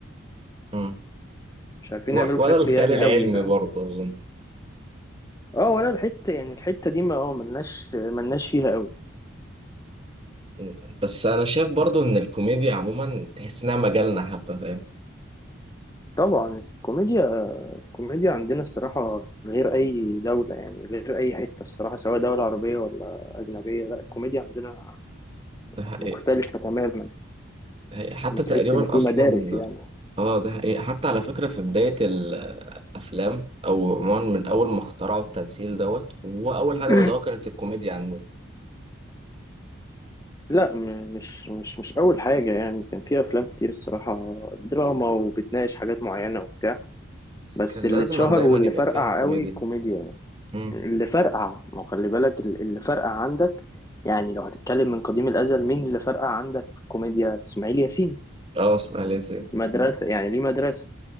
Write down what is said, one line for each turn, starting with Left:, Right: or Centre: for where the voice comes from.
Right: مم.
Left: مش عارفين
Right: و-
Left: نعمله بشكل
Right: ولا الخيال
Left: يعني
Right: العلمي
Left: قوي فاهم
Right: برضه اظن
Left: اه ولا الحتة يعني الحتة دي ما اه ملناش ملناش فيها قوي
Right: مم. بس انا شايف برضه ان الكوميديا عموما تحس انها مجالنا حبه فاهم
Left: طبعا الكوميديا الكوميديا عندنا الصراحة غير أي دولة يعني غير أي حتة الصراحة سواء دولة عربية ولا أجنبية لا الكوميديا عندنا
Right: ده حقيقي
Left: مختلفة تماما
Right: ده حقيقي. حتى
Left: ما تحس
Right: تقريبا
Left: إن في
Right: اصلا
Left: مدارس يعني
Right: اه ده حقيقي حتى على فكره في بدايه الافلام او عموما من اول ما اخترعوا التمثيل دوت هو اول حاجه
Left: <laughs>
Right: بدأوها كانت الكوميديا عندنا
Left: لا م- مش مش مش أول حاجة يعني كان في أفلام كتير الصراحة دراما وبتناقش حاجات معينة وبتاع
Right: بس
Left: بس
Right: كان
Left: اللي
Right: لازما
Left: اتشهر
Right: دايما
Left: واللي
Right: يبقى
Left: فرقع
Right: فيها كوميديا
Left: قوي الكوميديا
Right: مم.
Left: يعني اللي فرقع ما هو خلي بالك ال- اللي فرقع عندك يعني لو هتتكلم من قديم الأزل مين اللي فرقع عندك في الكوميديا إسماعيل ياسين
Right: اه اسماعيل ياسين
Left: مدرسة يعني ليه مدرسة